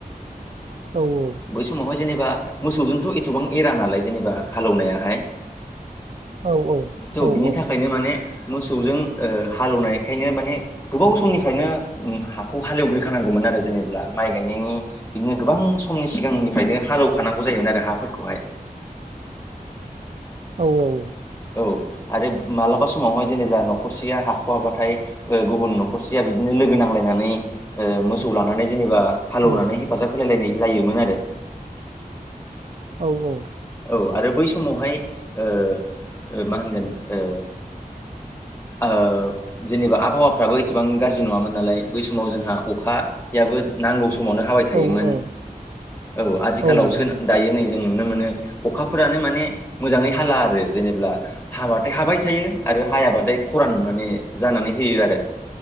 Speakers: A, on the right; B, on the left.
A: औ -औ।
B: बै समावहाय जेनेबा मोसौजोंथ' एथबां एरा नालाय जेनेबा हालेवनायाहाय
A: औ औ
B: थ'
A: औ
B: बिनि
A: औ
B: थाखायनो माने मोसौजों ओ हालेवनायखायनो माने गोबाव समनिफ्रायनो हाखौ हालेवग्रोखानांगौमोन आरो जेनेबा माइ गायनायनि बिदिनो गोबां समनि सिगांनिफ्रायनो हालौखानांगौ जायोमोन आरो हाफोरखौहाय।
A: औ - औ।
B: औ आरो मालाबा समावहाय जेनेबा न'खरसेया हाख'वाबाथाय ओ गुबुन न'खरसेया बिदिनो लोगो नांलायनानै ओ मोसौ लानानै जेनेबा हालेवनानै
A: औ
B: हेफाजाब होलायलायनाय लायोमोन आरो।
A: औ -औ।
B: औ आरो बै समावहाय ओ मा होनगोन ओ आओ जेनेबा आबहावाफ्राबो एथबां गाज्रि नङामोन नालाय बै समाव जोंहा अखायाबो नांगौ समावनो हाबाय
A: औ
B: थायोमोन औ आजिखालावसो
A: औ नोंथां औ
B: दायो नै जों नुनो मोनो अखाफोरानो माने मोजाङै हाला आरो जेनेब्ला हाबाथाय हाबाय थायो आरो हायाबाथाय खरान नुनानै जानानै होयो आरो।